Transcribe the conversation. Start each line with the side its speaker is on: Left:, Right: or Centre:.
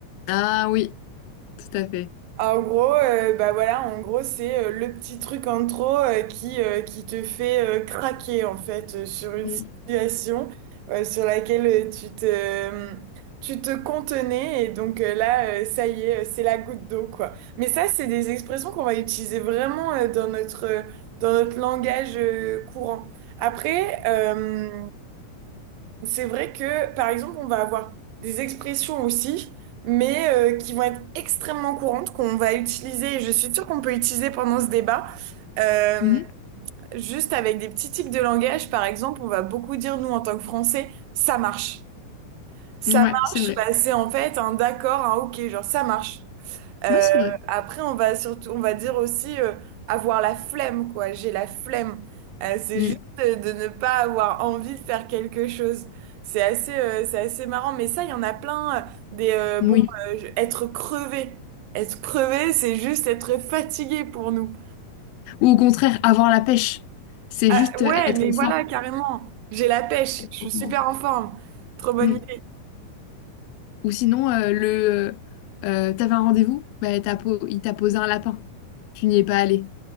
Left: Ah oui, tout à fait.
Right: Ah, En gros, euh, bah voilà, en gros, c'est euh, le petit truc en trop euh, qui, euh, qui te fait euh, craquer en fait euh, sur une
Left: Mm.
Right: situation euh, sur laquelle euh, tu te, euh, tu te contenais et donc euh, là, euh, ça y est, euh, c'est la goutte d'eau quoi. Mais ça, c'est des expressions qu'on va utiliser vraiment euh, dans notre, euh, dans notre langage euh, courant. Après, euh, c'est vrai que, par exemple, on va avoir des expressions aussi, mais euh, qui vont être extrêmement courantes, qu'on va utiliser, et je suis sûre qu'on peut utiliser pendant ce débat, euh,
Left: Mhm.
Right: juste avec des petits tics de langage. Par exemple, on va beaucoup dire, nous, en tant que Français, ça marche. Ça
Left: Ouais,
Right: marche,
Left: c'est vrai.
Right: bah, c'est en fait un d'accord, un ok, genre ça marche. Euh,
Left: Moi, c'est vrai.
Right: après, on va surtout, on va dire aussi euh, avoir la flemme, quoi. J'ai la flemme. Euh, c'est
Left: Mm.
Right: juste euh, de ne pas avoir envie de faire quelque chose. C'est assez, euh, c'est assez marrant. Mais ça, il y en a plein. euh, des euh, bon,
Left: Oui.
Right: euh, je- être crevé. Être crevé, c'est juste être fatigué pour nous.
Left: Ou au contraire, avoir la pêche. C'est
Right: Ah,
Left: juste euh,
Right: ouais,
Left: être
Right: mais
Left: en
Right: voilà, carrément. J'ai la pêche. Je suis
Left: forme.
Right: super en forme. Trop bonne
Left: Mm.
Right: idée.
Left: Ou sinon, euh, le euh, t'avais un rendez-vous, bah, t'as po- il t'a posé un lapin. Tu n'y es pas allé.